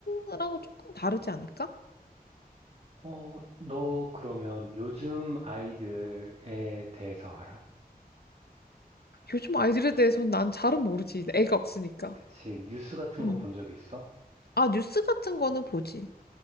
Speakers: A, on the left; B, on the right.
A: 거랑은 조금 다르지 않을까?
B: 어, 너 그러면 요즘 아이들에 대해서 알아?
A: 요즘 아이들에 대해서는 난 잘은 모르지. 애가 없으니까.
B: 그치, 뉴스 같은
A: 응.
B: 거 본 적 있어?
A: 아, 뉴스 같은 거는 보지.